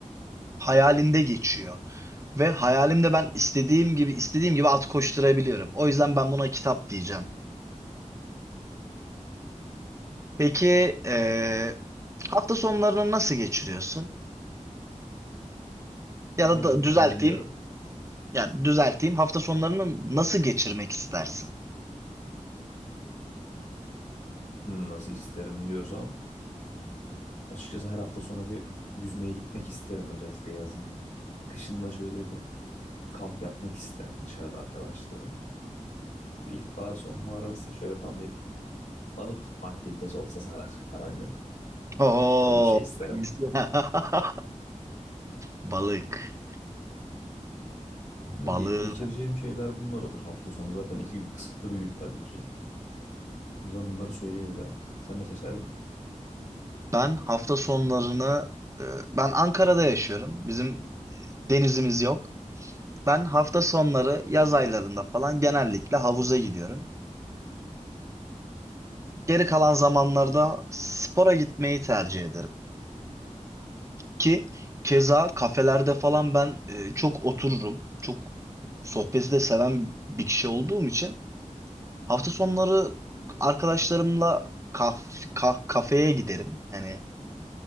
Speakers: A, on the right; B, on the left.
A: hayalinde geçiyor. Ve hayalimde ben istediğim gibi istediğim gibi at koşturabiliyorum. O yüzden ben buna kitap diyeceğim. Peki eee, hafta sonlarını nasıl geçiriyorsun? Ya
B: Genelde
A: da, da düzelteyim,
B: dinleniyorum.
A: ya düzelteyim hafta sonlarını nasıl geçirmek istersin?
B: Hmm, nasıl isterim diyorsan. Açıkçası her hafta sonu bir yüzmeye gitmek isterim özellikle yazın. Kışın da şöyle bir kamp yapmak isterim dışarıda arkadaşlarımla. Böyle ilkbahar sonbahar arası şöyle tam bir balık tutma aktivitesi olsa sarar. Yalan yok.
A: Oo,
B: O tarz bir şey isterim.
A: iyisi. <laughs> balık.
B: Böyle
A: Balığın.
B: ge- geçireceğim şeyler bunlar olur. Hafta sonu zaten iki gün kısıtlı bir gün tabii ki. O yüzden bunları söyleyebilirim. Sen ne seçerdin?
A: Ben hafta sonlarını e, ben Ankara'da yaşıyorum. Bizim denizimiz yok. Ben hafta sonları yaz aylarında falan genellikle havuza gidiyorum. Geri kalan zamanlarda spora gitmeyi tercih ederim. Ki keza kafelerde falan ben e, çok otururum. Çok sohbeti de seven bir kişi olduğum için hafta sonları arkadaşlarımla kaf, ka- kafeye giderim. Yani